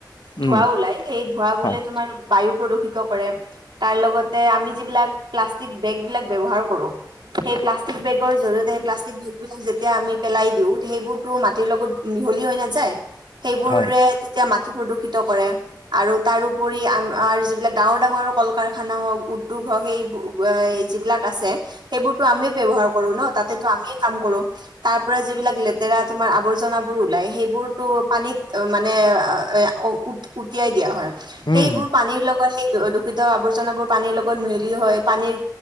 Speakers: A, on the right; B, on the left.
A: ধোঁৱা
B: উম
A: ওলাই, সেই ধোঁৱা বোলে
B: হয়
A: তোমাৰ বায়ু প্ৰদূষিত কৰে, তাৰ লগতে আমি যিবিলাক প্লাষ্টিক বেগবিলাক ব্যৱহাৰ কৰোঁ, সেই প্লাষ্টিক বেগৰ জৰিয়তে সেই প্লাষ্টিক বেগ বিলাক যেতিয়া আমি পেলাই দিওঁ সেইবোৰটো মাটিৰ লগত মিহলি হৈ নাযায়। সেইবোৰে
B: হয়
A: তেতিয়া মাটি প্ৰদূষিত কৰে। আৰু তাৰ উপৰি, আম মাৰ যিবিলাক ডাঙৰ ডাঙৰ কল কাৰখানা হওক, উদ্যোগ হওক সেই বো আ এই যিবিলাক আছে সেইবোৰতো আমি ব্যৱহাৰ কৰো ন? তাতে আমিয়ে কাম কৰো। তাৰ পৰা যিবিলাক লেতেৰা তোমাৰ আৱৰ্জনাবোৰ ওলাই, সেইবোৰতো পানীত মানে আ আ উ উটি হয় দিয়া হয়, সেইবোৰ
B: উম
A: পানীৰ লগ গত দূষিত আৱৰ্জনাবোৰ পানীৰ লগত মিহেলি হয় পানীৰ